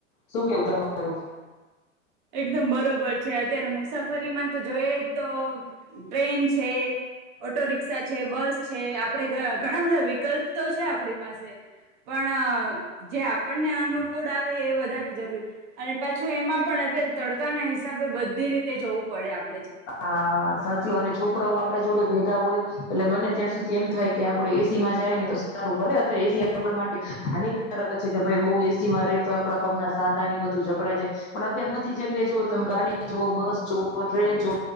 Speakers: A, on the left (about 25°); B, on the right (about 35°).
A: શું કેવું તમારું
B: એકદમ બરોબર છે, અત્યારે મુસાફરીમાં તો જોઈએ તો ટ્રેન છ, ઓટો રિક્ષા છે, બસ છે, આપણે ઘણા બધા વિકલ્પ તો છે આપણી પાસે પણ જે આપણને અનુકૂળ આવે એ વધારે જરૂરી અને પાછું એમાં પણ અત્યારે તડકા ના હિસાબે બધી રીતે જવું પડે આપ
A: હા, સાચીને છોકરાઓ આપડા જોડે ભેગા હોય એટલે બને ત્યાં સુધી એમ થાય કે આપડે એસી માં જાય ને તો સારું ભલે અત્યારે એસી આપડા માટે હાનિકારક છે કે ભાઈ બહુ એસીમાં ર તો આપણા પગના સાંધા બધું જકડાઈ જાય પણ અત્યારે બધી જગ્યાએ જ તમે ગાડી જો, બસ જો ટ્રેન જો